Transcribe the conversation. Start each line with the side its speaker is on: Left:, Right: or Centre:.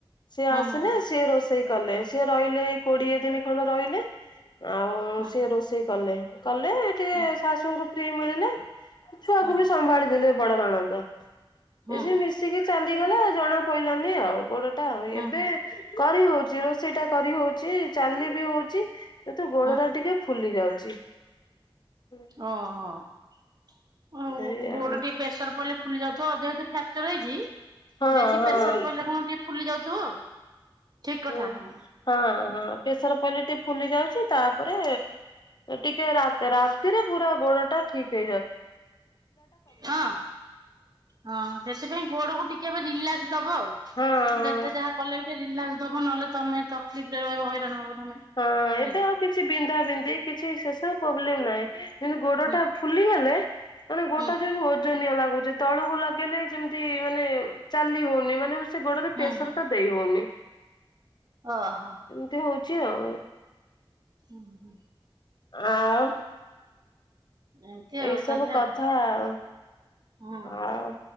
Left: ସେ ଆସିଲେ।
Right: ହୁଁ ହୁଁ
Left: ସେ ରୋଷେ ରୋଷେଇ କଲେ ସିଏ ରହିଲେ ଏଇ କୋଡ଼ିଏ ଦିନ ଖଣ୍ଡ ରହିଲେ ଆଉ
Right: ହୁଁ।
Left: ସିଏ ରୋଷେଇ କଲେ। ଲେ ଟିକେ
Right: ହୁଁ ହୁଁ
Left: ଶାଶୁଙ୍କୁ ଫ୍ରି ମିଳିଲେ ଛୁଆକୁ
Right: ହୁଁ
Left: ବି ସମ୍ଭାଳିଦେଲେ। ବଡ଼ ନଣନ୍ଦ
Right: ହୁଁ
Left: ଏ ଯେ ମିଶିକି ଚାଲିଗଲା ଜଣା ପଇଲାନି ଆଉ। ଗୋଡ଼ଟା ଆଉ
Right: ହୁଁ
Left: ଏବେ
Right: ହୁଁ
Left: କରି ହଉଛି ରୋଷେଇ ଟା କରି ହଉଛି ଚାଲି ବି ହଉଛି। କିନ୍ତୁ ଗୋଡ଼ଟା
Right: ହୁଁ
Left: ଟିକେ ଫୁଲି ଯାଉଛି। ହୁଁ।
Right: ହଁ ହଁ ଆଉ
Left: ଏଇଆ
Right: ଗୋଡ଼ ଟିକେ ପ୍ରେସର ପଡ଼ିଲେ ଫୁଲି ଯାଉଥିବ ଯେହେତୁ ଫ୍ରାକ୍ଚର ହେଇଛି।
Left: ହଁ
Right: ବେଶୀ
Left: ହଁ।
Right: ପ୍ରେସର ପଡ଼ିଲେ କଣ ଟିକେ ଫୁଲି ଯାଉଥିବ ଆଉ। ଠିକ୍ କଥା
Left: ହୁଁ
Right: ହଁ।
Left: ହଁ ହଁ ପ୍ରେସର ପିଲେ ଟିକେ ଫୁଲି ଯାଉଛି। ତାପରେ ଟିକେ ରା ରାତିରେ ପୁରା ଗୋଡ଼ଟା ଠିକ୍ ହେଇ
Right: ହଁ। ହଁ ସେଥିପାଇଁ ଗୋଡ଼କୁ ଟିକେ ବା ରିଲେକ୍ସ। ଦବ ଆଉ।
Left: ହଁ ହଁ।
Right: ଯେତେ ଯାହା କଲେ ବି ଟିକେ ରିଲାକ୍ସ ଦବ ନହେଲେ ତମେ ତକଲିଫ ରେ ରହିବ ହଇରାଣ ହବ ତମେ।
Left: ହଁ
Right: ହେଲା
Left: ଏବେ ଆଉ କିଛି ବିନ୍ଧା ବିନ୍ଧି କିଛି ସେସବୁ ପ୍ରୋବ୍ଲେମ ନାହିଁ। ଯେମିତି ଗୋଡ଼ଟା
Right: ହୁଁ
Left: ଫୁଲିଗଲେ ମାନେ ଗୋଡ଼ଟା
Right: ହୁଁ
Left: ଯେମିତି ଓ ଓଜନିଆ ଲାଗୁଛି ତଳକୁ ଲଗେଇଲେ ଯେମିତି ମାନେ ଚାଲି ହଉନି ମାନେ ସେ ଗୋଡରେ
Right: ହୁଁ
Left: ପ୍ରେସର ଟା ଦେଇହଉନି।
Right: ଓ ହୋ।
Left: ଏମିତି ହଉଛି ଆଉ।
Right: ହୁଁ ହୁଁ।
Left: ଆଉ।
Right: ଏମିତି ଆଉ
Left: ଏଇସବୁ
Right: ତାହେଲେ
Left: କଥା
Right: ଆଉ
Left: ଆଉ
Right: ହୁଁ।
Left: ଆଉ